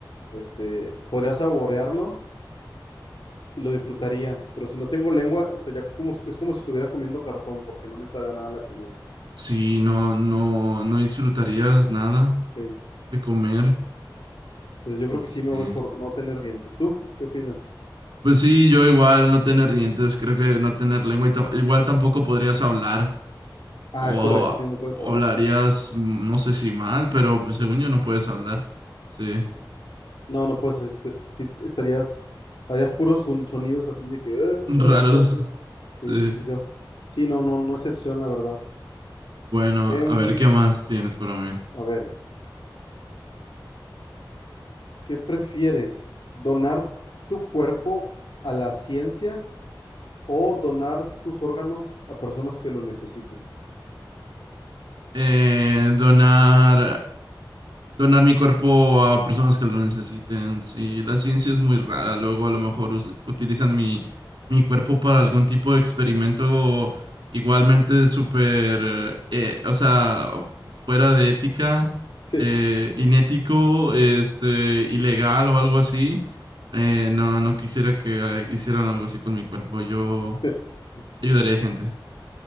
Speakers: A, on the left; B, on the right.
A: Este, podría saborearlo y lo disfrutaría, pero si no tengo lengua, estaría como, es como si estuviera comiendo cartón, porque no me sabe a nada la comida.
B: Sí, no, no, no disfrutarías nada
A: Sí.
B: de comer.
A: Entonces yo creo que
B: Sí.
A: sí me voy por no tener dientes. ¿Tú qué opinas?
B: Pues sí, yo igual no tener dientes, creo que no tener lengua y tam- igual tampoco podrías hablar
A: Ah,
B: o,
A: es correcto, sí, no puedes
B: o
A: hablar.
B: hablarías, mm, no sé si mal, pero pues según yo no puedes hablar. Sí.
A: No, no puedes, este, sí, estarías, harías puros son- sonidos así de que... eh,
B: <laughs> Raros.
A: eh, eh, eh. Sí,
B: Sí.
A: entonces yo. Sí, no, no, no excepción, la verdad.
B: Bueno,
A: Em,
B: a ver, ¿qué más tienes para mí?
A: a ver, ¿qué prefieres? ¿Donar tu cuerpo a la ciencia o donar tus órganos a personas que lo necesiten?
B: Eh, donar, donar mi cuerpo a personas que lo necesiten. Sí, la ciencia es muy rara. Luego a lo mejor us- utilizan mi, mi cuerpo para algún tipo de experimento igualmente súper, eh, o sea, fuera de ética,
A: Sí.
B: eh, inético, este, ilegal o algo así. Eh, no, no quisiera que eh, hicieran algo así con mi cuerpo. Yo...
A: <laughs>
B: ayudaré gente.